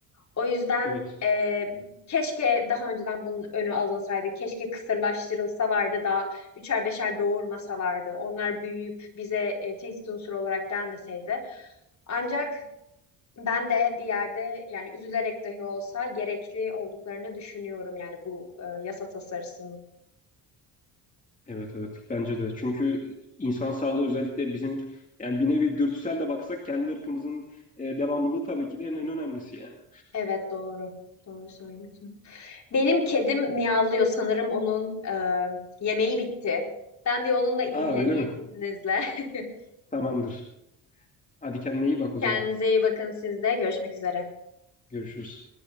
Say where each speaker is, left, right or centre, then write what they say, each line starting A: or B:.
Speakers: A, on the left; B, on the left.
A: O yüzden
B: Evet.
A: e, keşke daha önceden bunun önü alınsaydı. Keşke kısırlaştırılsalardı da üçer beşer doğurmasalardı. Onlar büyüyüp bize e, tehdit unsuru olarak gelmeseydi. Ancak ben de bir yerde yani üzülerek dahi olsa gerekli olduklarını düşünüyorum yani bu e, yasa tasarısının.
B: Evet evet bence de çünkü insan sağlığı özellikle bizim yani bir nevi dürtüsel de baksak kendi ırkımızın e, devamlılığı tabii ki de en, en önemlisi yani.
A: Evet doğru. Doğru söylüyorsun. Benim kedim miyavlıyor sanırım onun e, yemeği bitti. Ben bir onunla ilgileneyim
B: Aa öyle mi?
A: izninizle. <laughs>
B: Tamamdır. Hadi kendine iyi bak o zaman.
A: Kendinize iyi bakın siz de. Görüşmek üzere.
B: Görüşürüz.